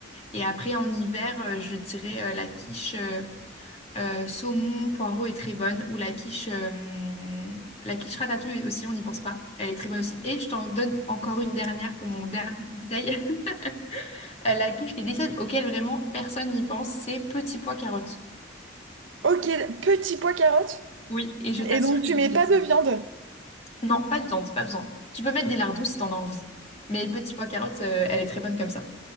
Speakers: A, on the left; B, on the right.
A: Et après, en hiver, euh, je dirais euh, la quiche. euh, euh, saumon, poireau est très bonne. Ou la quiche, euh, la quiche ratatouille aussi, on n'y pense pas. Elle est très bonne aussi. Et je t'en donne encore une dernière pour mon dernier conseil. <laughs> Euh, la quiche qui est délicieuse, auquel vraiment personne n'y pense, c'est petit pois carottes.
B: Ok, petit pois carotte.
A: Oui. Et je t'assure
B: Et donc
A: qu'elle
B: tu mets
A: est délicieuse.
B: pas de viande.
A: Non, pas de viande, pas besoin. Tu peux mettre des lardons si t'en as envie. Mais petit pois carottes, euh, elle est très bonne comme ça.